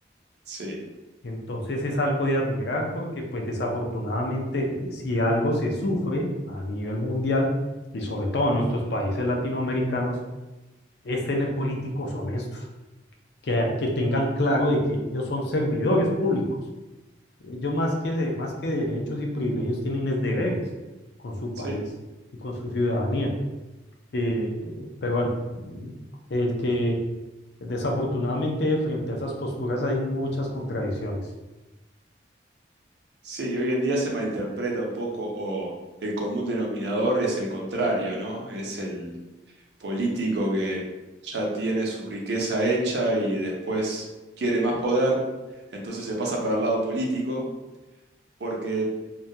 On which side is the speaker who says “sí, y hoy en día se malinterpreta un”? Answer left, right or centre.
Right